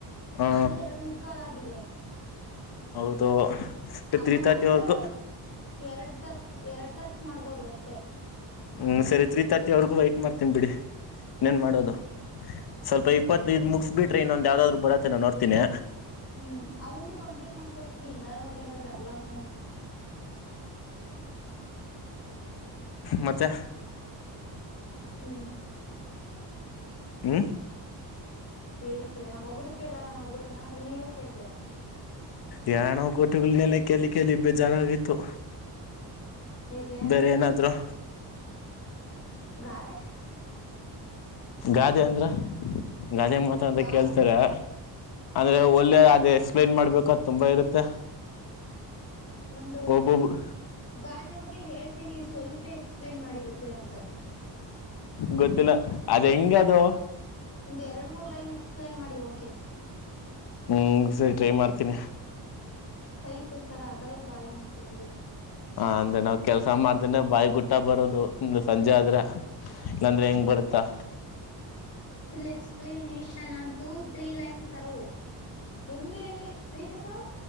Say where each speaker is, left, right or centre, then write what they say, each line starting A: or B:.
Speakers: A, on the left; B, on the left.
A: ಆ
B: ಆಗ್ಲೆೇ ಎರಡು ಮುಕ್ಕಾಲಾಗಿದೆ..
A: ಹೌದು.
B: ಅಮ್ಮಮ್ಮ
A: ತ್ರೀ ತರ್ಟಿವರೆಗೂ
B: ಅಂದ್ರೆ ಎರಡ್ ಟಾಸ್ಕ್ ಎರಡ್ ಟಾಸ್ಕ್ ಮಾಡ್ಬೋದು ಅಷ್ಟೆ.
A: ಹ್ಮ್ ಸರಿ ತ್ರೀ ತರ್ಟಿ ವರ್ಗು ವೇಟ್ ಮಾಡ್ತೀನಿ ಬಿಡಿ ಇನ್ನೇನು ಮಾಡೋದು. ಸ್ವಲ್ಪ ಇಪ್ಪತ್ತು ಇದ್ ಮುಗಿಸ್ ಬಿಟ್ರೆ ಇನ್ನೊಂದು ಯಾವ್ದಾದ್ರು ಬರತ್ತ ನಾ ನೋಡ್ತಿನಿ.
B: ಹ್ಮ್ ಅವಂದು ಕಂಪ್ಲೀಟ್ ಮಾಡ್ಕೊಟ್ಬಿಡಿ ಹಿಂಗಾದ್ರ ಮಾಡ್ಲಿ ಆಮೇಲೇ ಜಗ್ಗಳಾಡ್ತಾನೆ.
A: ಮತ್ತೆ.
B: <unintelligible>
A: ಹ್ಹ.
B: ಹೇಳಿ ಕೇಳೋಣ ಒಗಟ್ಟು ಕೇಳಣ ನಾನ ಒಗ್ಗಟು ನಾ ಇಲ್ಲಾ ನೀವೇ ಕೇಳ್ತೀರಾ.
A: ಯಾಣೋ ಗೋಟುಗಳನೆೆಲ್ಲ ಕೇಳಿ ಕೇಳಿ ಬೇಜಾರಾಗಿತ್ತು.
B: ಹೀಗೆ
A: ಬೇರೆ ಏನಾದ್ರು.
B: ಗಾದೆ.
A: ಗಾದೆ ಅಂದ್ರ ಗಾದೆ ಮಾತ ಅಂತ
B: ಗಾದ್
A: ಕೇಳ್ತಾರೆ. ಅಂದ್ರೆ ಒಳ್ಳೆ ಅದ ಎಕ್ಸ್ಪ್ಲೇನ್ ಮಾಡ್ಬೇಕ ಅದು ತುಂಬಾ ಇರುತ್ತೆ.
B: ಒಂದು
A: ಒಬ್ಬೊಬ್ರು
B: ಗಾದೆ ಬಗ್ಗೆ ಹೇಳ್ತೀನಿ ಸ್ವಲ್ಪ ಎಕ್ಸ್ಪ್ಲೇನ್ ಮಾಡಿ ಗೊತ್ತ ತ್ತರಂತದ್ದು.
A: ಗೊತ್ತಿಲ್ಲ ಅದ ಹೆಂಗ ಅದು.
B: ಒಂದ್ ಎರಡು ಮೂರ್ ಲೈನ್ ಎಕ್ಸ್ಪ್ಲೇನ್ ಮಾಡಿ ಓಕೆ.
A: ಹ್ಮ್ ಸರಿ ಟ್ರೈ ಮಾಡ್ತೀನಿ.
B: ಕೈ ಕೆಸರಾದರೆ ಬಾಯಿ ಮೊಸರು.
A: ಹ ಅಂದ್ರೆ ನಾವ್ ಕೆಲ್ಸ ಮಾಡ್ದೇನೇ ಬಾಯಿ ಗುಟ್ಟ ಬರೋದು ಒ ಸಂಜೆ ಆದ್ರೆ ಇಲ್ಲಂದ್ರೆ ಹೆಂಗ್ ಬರುತ್ತಾ.
B: ಫುಲ್ ಎಕ್ಸ್ಪೆಲಿನೇಷನ್ ಅಂತ. ಟೂ ತ್ರೀ ಲೈನ್ ಸರು ಒಂದೇ ಲೈನ್ ಅಲ್ಲಿ ಕೈ ಕಸ್ರ